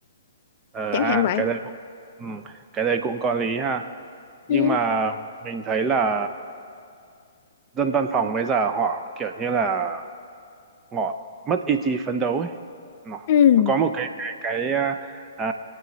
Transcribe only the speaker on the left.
chẳng
hạn vậy
ừ
ừ